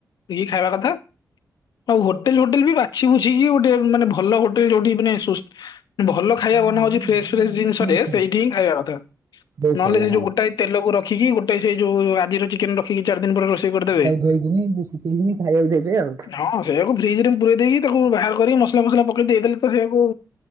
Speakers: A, on the left; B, on the right.
A: ଟିକିଏ ଖାଇବା କଥା। ଆଉ ହୋଟେଲ ହୋଟେଲ ବି ବାଛି ବୁଛିକି ଗୋଟେ ମାନେ ଭଲ ହୋଟେଲ ଯୋଉଠି ମାନେ ସୋ। ଭଲ ଖାଇବା
B: ଫ୍ରେଶ୍
A: ବନା
B: ଖାଇବା
A: ହଉଛି ଫ୍ରେଶସ୍ ଫ୍ରେଶ୍ ଜିନିଷରେ।
B: ଫ୍ରେସ୍
A: ସେଇଠି ହିଁ ଖାଇବା କଥା
B: ଫ୍ରେସ୍
A: ନହେଲେ
B: ଖାଇବା
A: ସେଉ
B: ହଁ
A: ଗୋଟା ତେଲକୁ ରଖିକି ଗୋଟେ ସେଇ ଯୋଉ ଆଜିର ଚିକେନ ରଖିକି ଦିନ ପରେ ରୋଷେଇ କରିଦବେ
B: ତାକୁ ଧୋଇକିନି ଶୁଖେଇକିନି ଖାଇବାକୁ ଦେବେ ଆଉ।
A: ହଁ ସେଇୟାକୁ ଫ୍ରିଜ ରେ ପୁରେଇ ଦେଇକି। ତାକୁ ବାହାର କରି ମସଲା ଫସଲା ପକେଇ ଦେଇଦେଲେ ତ ସେଇଆକୁ